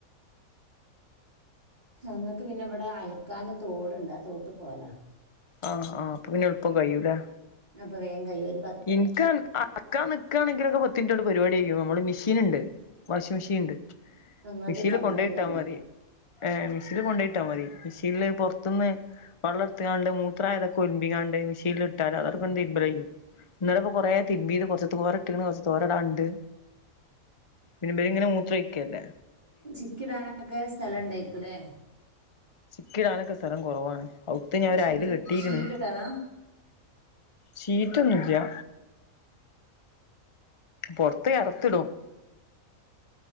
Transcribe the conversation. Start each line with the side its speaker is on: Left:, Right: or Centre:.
Right: ഞങ്ങക്ക് പിന്നെ ഇവടെ അൽക്കാന് തോട്ണ്ട് ആ തോട്ട് പോകലാ
Left: ആ ഹ്ആ ഹ്അപ്പ പിന്നെ എളുപ്പം കയ്യൂലേ
Right: അപ്പ വേം കയ്യോരും
Left: ഇൻക് അലക്കാൻ നിക്കാണെങ്കിലൊക്കെ പത്ത് മിനിറ്റോണ്ട് പരിപാടികയ്യും അമ്മള് മിഷ് ഷീന്ണ്ട് വാഷിംഗ് മിഷീൻണ്ട്
Right: ഞങ്ങൾത്
Left: മിഷീൻല്
Right: കംപ്ലൈന്റ്
Left: കൊണ്ടേ ട്ടാ
Right: ആണ്
Left: മതി ഏമിഷിൻല് കൊണ്ടേയ്ട്ടാ മതി മിഷീൻല് പൊർത്ത്ന്ന് വള്ളട്ത്ത്കാണ്ട് മൂത്രായതൊക്കെ ഒൽമ്പിക്കാണ്ട് മിഷീൻലിട്ടാല്
Right: ഉം.
Left: അതവിടെക്കെടന്നു തിരുമ്പല് ചെയ്യും ഇന്നലപ്പം കൊറേ തിര്മ്പീത് കൊർച്ച് തോരട്ട്‌ക്കിണ് കൊർച്ച് തോരെടാണ്ട് തിര്മ്പേലിങ്ങനെ മൂത്രൊയ്ക്കല്ലേ
Right: ചിക്കിടാനൊക്കെ സ്ഥലണ്ടെയ്ക്കുലേ?
Left: ചിക്കി ഇടാനൊക്കെ സ്ഥലം കൊറവാണ് ഔത്ത് ഞാൻ ഒരയ്ല്
Right: ഷീറ്റ്
Left: കെട്ടീക്ക്ണ്
Right: ഷീറ്റ് ഇട്ടതാ
Left: ഷീറ്റൊന്നു ഇല്ല്യ പൊർത്ത് എറത്തിടും